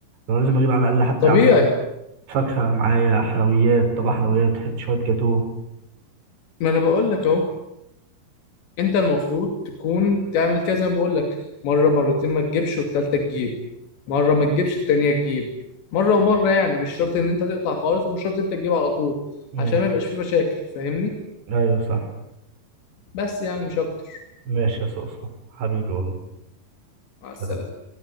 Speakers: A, on the right; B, on the left.
A: لو لازم اجيب على الاقل حتى
B: طبيعي
A: يا عم فاكهه معايا حلويات طبق حلويات حت- شويه جاتوه
B: ما انا بقول لك اهو انت المفروض تكون تعمل كده زي ما بقول لك مره مرتين ما تجيبش والتالتة تجيب مره ما تجيبش التانية تجيب مره ومره يعني مش شرط ان انت تقطع خالص ومش شرط انت تجيب على طول
A: امم
B: عشان ما يبقاش في مشاكل فاهمني
A: ايوه صح
B: بس يعني مش اكتر
A: ماشي يا صوصو حبيبي والله
B: مع السلامه
A: سلام.